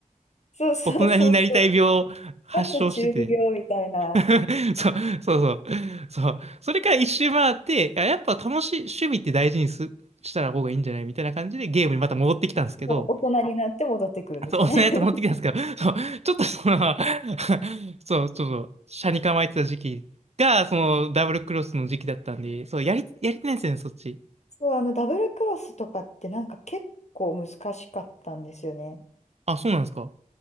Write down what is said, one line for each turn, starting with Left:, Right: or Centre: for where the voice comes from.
Left: そうそうそうそう。
Right: 大人になりたい病を発症してて
Left: <laughs> 夏中二病みたいな、
Right: <laughs> そう、そうそう、そう、それから一周回って、いや、やっぱ楽しい、趣味って大事にす、したら方がいいんじゃないみたいな感じでゲームにまた戻ってきたんですけど、
Left: もう大人になって戻ってくるんですよね。
Right: そう、お砂やって持ってきたんですけど、
Left: <laughs>
Right: <laughs> そう、ちょっとその <laughs> そう、ちょっと、斜に構えてた時期が、その、ダブルクロスの時期だったんで、そう、やり、やりてないんですよね、そっち。
Left: そう、あの、ダブルクロスとかってなんか結構難しかったんですよね。
Right: あ、そうなんですか。